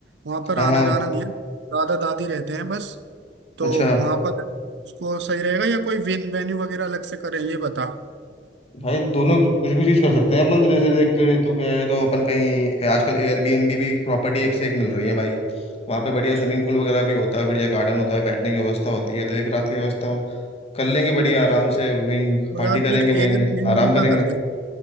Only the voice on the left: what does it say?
हाँ
हाँ
अच्छा
भाई दोनों कुछ भी चीज कर सकते हैं अपन तो जैसे देख ले तू कहे तो अपन कहीं आजकल एयरबीएनबी भी प्रॉपर्टी एक से एक मिल रही है भाई वहाँ पे बढ़िया स्विमिंग पूल वगैरह भी होता है बढ़िया गार्डन होता है बैठने की व्यवस्था होती है तो एक रात की व्यवस्था हो- कर लेंगे बढ़िया आराम से वहीं
पार्टी
करेंगे
वहीं
आराम करेंगे